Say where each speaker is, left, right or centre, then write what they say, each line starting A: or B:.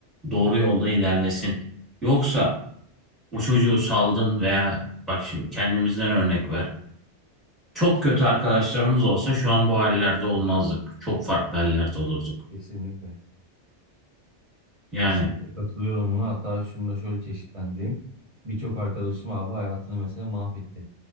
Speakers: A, in the centre; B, on the right (about 35°).
A: doğru yolda ilerlesin. Yoksa o çocuğu saldın veya bak şimdi kendimizden örnek ver. Çok kötü arkadaşlarımız olsa şu an bu hallerde olmazdık. Çok farklı hallerde olurduk.
B: kesinlikle.
A: Yani
B: Kesinlikle katılıyorum buna. Hatta şunu da şöyle çeşitlendireyim. Birçok arkadaşım abi hayatını mesela mahvetti.